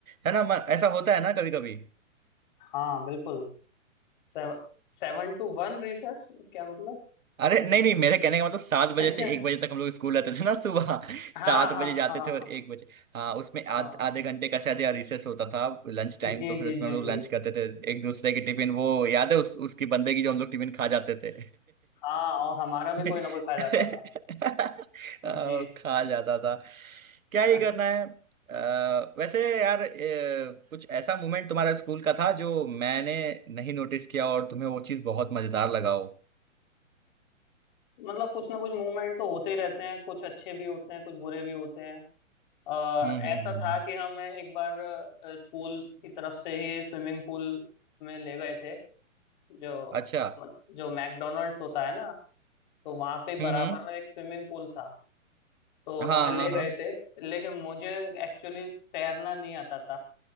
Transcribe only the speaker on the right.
है ना म- ऐसा होता है ना कभी कभी
अरे नहीं नहीं मेरे कहने का मतलब सात बजे
से एक बजे तक हम लोग स्कूल रहते थे ना सुबह <laughs>
सात
बजे जाते
थे और
एक बजे हाँ उसमें आध,
आधे घंटे का शायद या रिसेस होता था लंच टाइम
तो फिर
उसमें
हम लोग
लंच करते थे एक दूसरे की टिफिन वो याद है उस, उसकी बंदे की जो हम लोग टिफिन खा जाते थे
<laughs>
आ,
खा जाता था क्या
ही करना है अ, वैसे यार अ, कुछ ऐसा मोमेंट तुम्हारा स्कूल का था जो मैंने नहीं नोटिस किया और तुम्हें वो चीज़ बहुत मजेदार लगा हो
हम्म हम्म
हम्म
हम्म।
अच्छा
हम्म हम्म
हाँ
हाँ हाँ